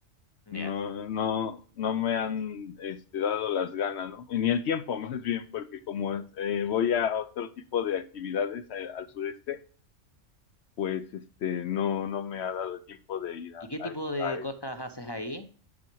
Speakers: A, on the left; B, on the left.
A: Ya.
B: No, no, no me han este, dado las ganas, ¿no? Ni el tiempo, <laughs> más bien, porque como eh, voy a otro tipo de actividades a- al sureste, pues este, no, no me ha dado tiempo de ir
A: ¿Y
B: a, a-
A: qué tipo de
B: a
A: cosas
B: eso.
A: haces ahí?